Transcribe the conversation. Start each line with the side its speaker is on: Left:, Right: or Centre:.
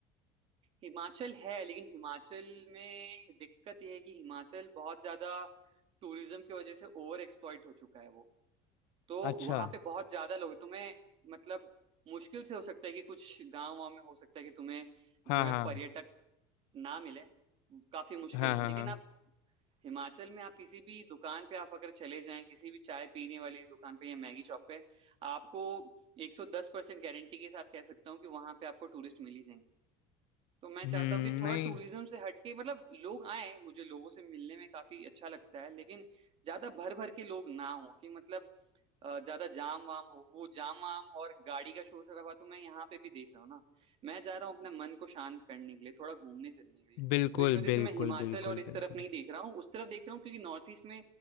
Right: हिमाचल है लेकिन हिमाचल में दिक्कत यह है कि हिमाचल बहुत ज्यादा टूरिज्म की वजह से ओवर एक्सप्लॉइट हो चुका है वो तो
Left: अच्छा
Right: वहां पे बहुत ज्यादा लोग तुम्हें मतलब मुश्किल से हो सकता है कि कुछ गांव वाँव में हो सकता है कि तुम्हें
Left: हाँ
Right: जो है
Left: हाँ
Right: पर्यटक ना मिले काफी मुश्किल
Left: हाँ
Right: है
Left: हाँ
Right: लेकिन
Left: हाँ
Right: आप हिमाचल में आप किसी भी दुकान पे आप अगर चले जाएं किसी भी चाय पीने वाली दुकान पे या मैगी शॉप पे आपको 110 परसेंट गारंटी के साथ कह सकता हूँ कि वहां पे आपको टूरिस्ट मिल ही जाएंगे तो मैं
Left: हम्म
Right: चाहता हूँ कि थोड़ा
Left: नहीं
Right: टूरिज्म से हटके मतलब लोग आए मुझे लोगों से मिलने में काफी अच्छा लगता है लेकिन ज्यादा भर भर के लोग ना हो कि मतलब अ, ज्यादा जाम वाम हो वो जाम वाम और गाड़ी का शोर शराबा तो मैं यहाँ पे भी देख रहा हूँ ना मैं चाह रहा हूँ अपने मन को शांत करने के लिए थोड़ा घूमने फिरने के लिए
Left: बिल्कुल
Right: तो इस वजह से
Left: बिल्कुल
Right: मैं हिमाचल
Left: बिल्कुल
Right: और इस
Left: बिल्कुल
Right: तरफ नहीं देख रहा हूँ उस तरफ देख रहा हूँ क्योंकि नॉर्थ ईस्ट में